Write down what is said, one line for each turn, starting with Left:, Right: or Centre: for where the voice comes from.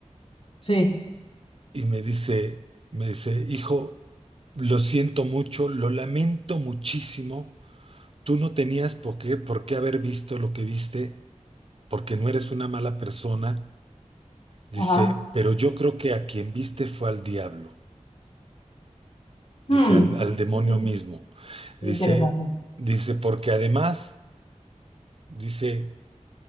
Left: sí,
Right: y me dice, me dice, hijo, lo siento mucho, lo lamento muchísimo. Tú no tenías por qué, por qué haber visto lo que viste. porque no eres una mala persona. Dice,
Left: ajá.
Right: pero yo creo que a quien viste fue al diablo, dice,
Left: hmm
Right: al, al demonio
Left: qué
Right: mismo. Dice,
Left: interesante.
Right: dice, porque además, dice,